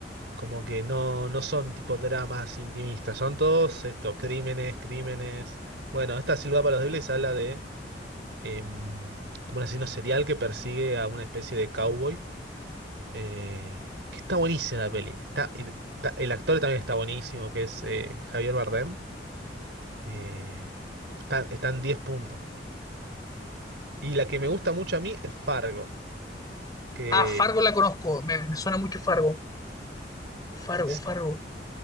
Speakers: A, on the right; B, on the left.
A: como que no, no son tipo dramas intimistas, son todos esto, crímenes, crímenes. Bueno, esta Silva para los débiles habla de em, como un asesino serial que persigue a una especie de cowboy. eh, que está buenísima la peli. Está, y- está- el actor también está buenísimo, que es eh, Javier Bardem. Eh, está- están 10 puntos. Y la que me gusta mucho a mí es Fargo, que
B: Ah, Fargo la conozco, me, me suena mucho Fargo. Fargo,
A: sí,
B: Fargo.